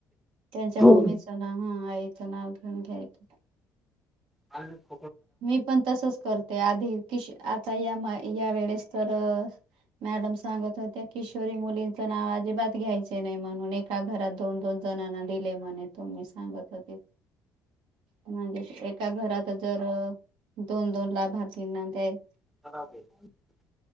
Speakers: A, on the right; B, in the centre.
A: त्यांच्या
B: हो
A: मम्मीचं नाव हा आईचं नाव घेऊन घ्यायचं
B: अ <unintelligible>
A: मी पण तसच करते आधी कि <unintelligible> आता या या वेळेस तर मॅडम सांगत होत्या किशोरी मुलींचं नाव अजिबात घ्यायचे नाही म्हणून एका घरात दोन दोन ण दिले म्हणे त म सांगत हो म्हणजे सांगत होते ते एका घरात ज <unintelligible> दोन दोन लाभारातींना द्याय
B: <inaudible>